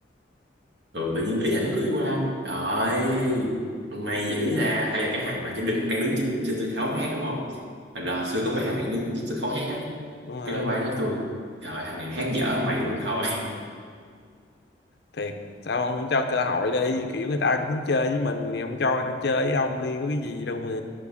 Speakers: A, on the right; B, on the left.
A: rồi tự nhiên ý là nó cứ đi qua trời ơi, may dữ ra hay là cái thằng mà chỉ đứng, đang đứng trên trên sân khấu hát đúng không hồi đó xưa có mấy thằng đang đứng trên sân khấu hát á
B: đúng rồi
A: cái đó quay nói tôi trời ơi, thằng này hát dở mày cũng thôi <laughs>
B: thiệt sao ông không cho cơ hội đi kiểu người ta cũng muốn chơi với mình thì ông cho người ta chơi với ông đi có cái gì đâu mà